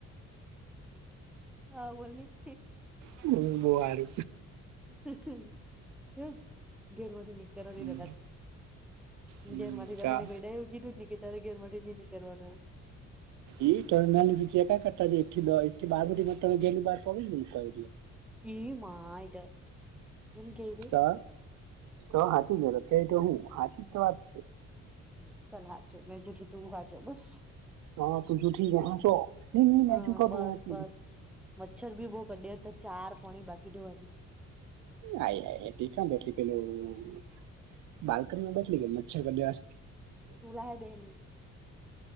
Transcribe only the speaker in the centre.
હ બોલની.
એવું જ ઘેરવાળી ની કરવા દે
<unintelligible>
ઘેરમાંથી તો
મને કોઈ દાડ એવું કીધું જ ની કે તારી ઘેરવાળી ની કરવાનું એમ.
ઈ માય તો એનું કેય તો.
હમ્મ ચાલ હાચુ મેં જુઠું તું હાચો બસ.
હા
બસ
બસ મચ્છર બી બો કડયો તો ચાર પોણી બાકી ધોવાડી.
ભુલાએ બેહેલી.